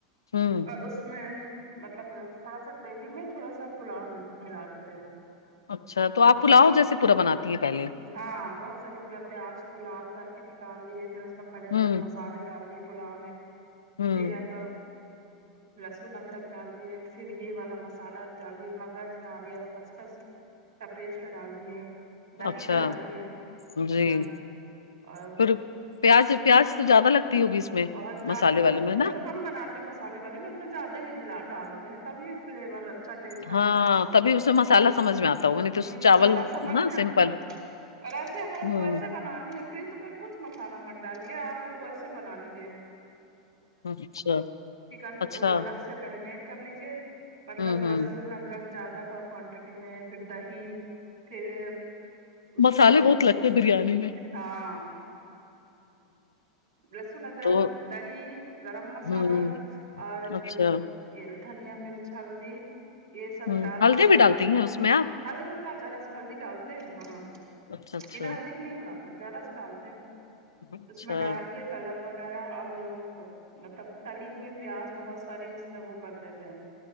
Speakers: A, on the left; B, on the right.
A: ہوں
B: اور اس میں مطلب تھوڑا سا گریوی میں تھوڑا سا پلاؤ میں ملا دیتے ہیں
A: اچھا تو آپ پلاؤ جیسے پورا بناتی ہیں پہلے
B: ہاں بہت ساری پیاز کو لال کر کے نکال لیے پھر اس میں کھڑے
A: ہوں
B: گرم مسالے ڈال دیے پلاؤ میں
A: ہوں
B: پھر ہے تو لہسن ادرک ڈال دیے پھر یہ والا مسالہ ڈال دیے مگھ ناریل خسخس کا پیسٹ ڈال دیے دہی
A: اچھا
B: ڈال دیے
A: جی
B: ہاں اور
A: پھر پیاز پیاز تو زیادہ لگتی ہوگی اس میں
B: بہت زیادہ
A: مسالے والے
B: زیادہ
A: میں نا
B: جو ہم بناتے ہیں مسالے والے نا اس میں زیادہ ہی ڈالتے ہیں تبھی فلیور اچھا ٹیسٹ
A: ہاں
B: آتا ہے
A: تبھی اس میں مسالہ سمجھ میں آتا ہوگا نہیں تو
B: ہوں
A: چاول
B: مسالا سمجھ
A: نا
B: میں
A: سمپل
B: آتا اور ایسے اگر
A: ہوں
B: ویسے بنانی ہے پھر تو پھر کچھ مسالہ مت ڈالے آپ ویسے بنا لیجے
A: اچھا
B: چکن کو
A: اچھا
B: پورا الگ سے میرینیٹ کر لیجے مطلب
A: ہوں
B: لسن
A: ہوں
B: ادرک زیادہ تھا کوانٹیٹی میں پھر دہی پھر اس
A: مسالے
B: میں
A: بہت لگتے ہیں بریانی میں
B: ہاں لہسن ادرک
A: تو
B: دہی گرم مسالہ
A: ہوں
B: اور
A: اچھا
B: پھر دھنیا مرچ ہلدی یہ سب
A: ہوں
B: ڈال
A: ہلدی
B: کلر
A: بھی ڈالتی ہیں اس میں آپ
B: ہلکا جارا سا ہلدی ڈالتے ہیں ہاں
A: اچھا اچھا
B: بنا ہلدی کی نہیں بناتے ذرا سا ڈالتے ہیں
A: اچھا
B: اس میں ڈال کے کلر وغیرہ اور وہ مطلب تلی ہوئی پیاز بہت ساری اس میں وہ کر دیتے ہیں